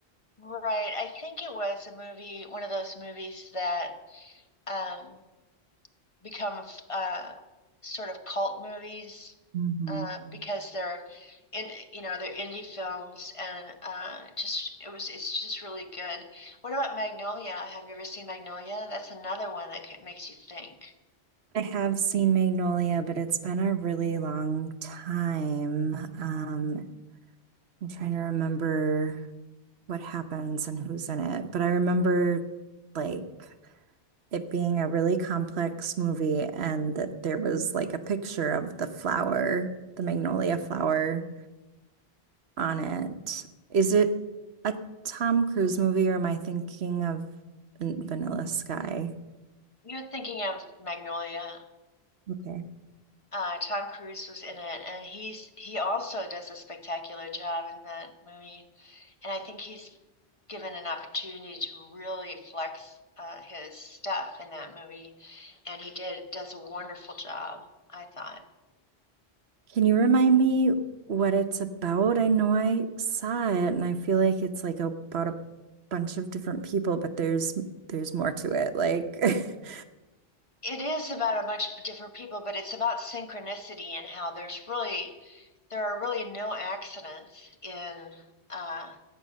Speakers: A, on the left; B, on the right.
A: Right. I think it was a movie, one of those movies that um, become uh, sort of cult movies
B: <laughs> hmm
A: uh, because they're in, you know, they're indie films and uh, just it was it's just really good. What about Magnolia? Have you ever seen Magnolia? That's another one that ca- makes you think.
B: I have seen Magnolia, but it's been a really long time. Um, I'm trying to remember what happens and who's in it, but I remember like it being a really complex movie and that there was like a picture of the flower, the magnolia flower on it. Is it a Tom Cruise movie or am I thinking of Van- Vanilla Sky?
A: You're thinking of Magnolia.
B: Okay.
A: Uh, Tom Cruise was in it, and he's he also does a spectacular job in that movie. And I think he's given an opportunity to really flex uh, his stuff in that movie, and he did does a wonderful job, I thought.
B: Can you remind me what it's about? I know I saw it and I feel like it's like about a bunch of different people, but there's there's more to it. Like <laughs>
A: It is about a bunch of different people, but it's about synchronicity and how there's really there are really no accidents in uh,